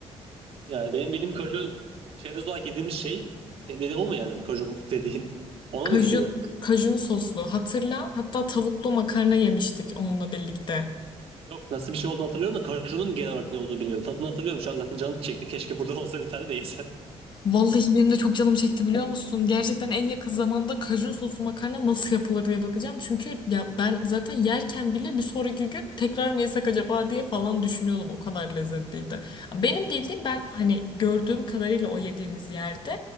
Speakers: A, on the right (about 60°); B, on the left (about 45°).
A: Yani benim bildiğim kaju çerez olarak yediğimiz şey senin dediğin o mu yani kaju dediğin ona
B: Kajun,
A: mı giriyor?
B: kajun soslu. Hatırla. Hatta tavuklu makarna yemiştik onunla birlikte.
A: Yok nasıl bir şey olduğunu hatırlıyorum da kajunun genel olarak ne olduğunu bilmiyorum. Tadını hatırlıyorum şu an zaten canım çekti. Keşke burada <laughs> olsa bir tane de yesem. <laughs>
B: Vallahi benim de çok canım çekti biliyor musun? Gerçekten en yakın zamanda kajun soslu makarna nasıl yapılır diye bakacağım. Çünkü ya ben zaten yerken bile bir sonraki gün tekrar mı yesek acaba diye falan düşünüyordum. O kadar lezzetliydi. Benim bildiğim ben hani gördüğüm kadarıyla o yediğimiz yerde